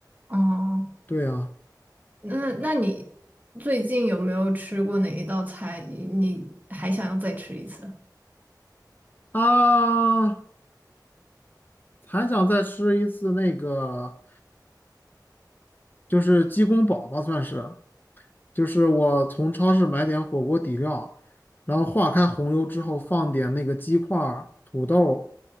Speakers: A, on the right (about 25°); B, on the left (about 25°).
A: 哦，
B: 对呀，
A: 那那你最近有没有吃过哪一道菜？你你还想要再吃一次？
B: 啊，还想再吃一次那个。就是鸡公煲吧，算是，就是我从超市买点火锅底料，然后化开红油之后放点那个鸡块儿、土豆，